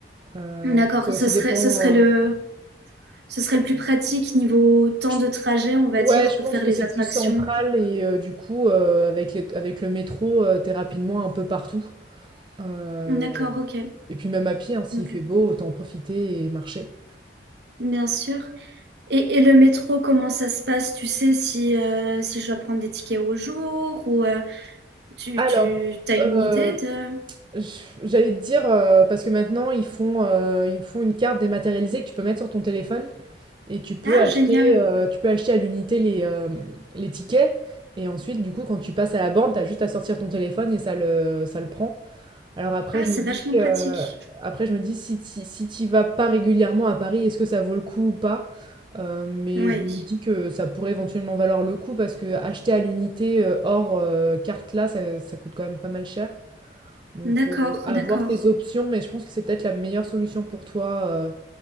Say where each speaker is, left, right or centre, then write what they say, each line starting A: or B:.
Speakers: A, on the right; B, on the right.
A: Euh,
B: D'accord,
A: puis ça aussi
B: ce serait,
A: dépend.
B: ce serait
A: euh,
B: le, ce serait le plus pratique niveau temps
A: je-
B: de trajet, on va
A: ouais,
B: dire,
A: je
B: pour
A: pense
B: faire
A: que
B: les
A: c'est
B: attractions.
A: plus central et euh, du coup, euh, avec les- avec le métro, euh, t'es rapidement un peu partout. Euh,
B: D'accord, ok.
A: et puis même à pied, hein, s'il
B: Ok.
A: fait beau, autant en profiter et marcher.
B: Bien sûr. Et, et le métro, comment ça se passe? Tu sais si, euh, si je dois prendre des tickets au jour ou euh, tu,
A: Alors,
B: tu as une
A: euh,
B: idée de...
A: j- j'allais te dire, euh, parce que maintenant, ils font, euh, ils font une carte dématérialisée que tu peux mettre sur ton téléphone. Et tu peux
B: Ah,
A: acheter,
B: génial.
A: heu, tu peux acheter à l'unité les, hem, les tickets et ensuite, du coup, quand tu passes à la borne, tu as juste à sortir ton téléphone et ça le ça le prend. Alors après,
B: Ah,
A: je
B: c'est
A: me dis,
B: vachement pratique.
A: heu, après je me dis si tu si t'y vas pas régulièrement à Paris, est-ce que ça vaut le coup ou pas? Heu, mais
B: Oui.
A: je me dis que ça pourrait éventuellement valoir le coup parce que acheter à l'unité, heu, hors, heu, carte là, ça ça coûte quand même pas mal cher. Donc,
B: D'accord,
A: avoir
B: d'accord.
A: tes options, mais je pense que c'est peut-être la meilleure solution pour toi, heu